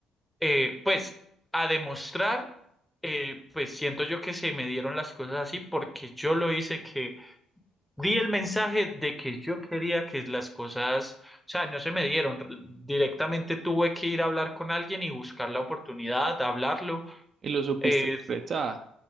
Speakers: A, in the centre; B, on the right.
A: eh, pues a demostrar, eh, pues siento yo que se me dieron las cosas así porque yo lo hice que di el mensaje de que yo quería que las cosas, o sea, no se me dieron, re- directamente tuve que ir a hablar con alguien y buscar la oportunidad, hablarlo.
B: y lo supiste
A: eh,
B: expresar.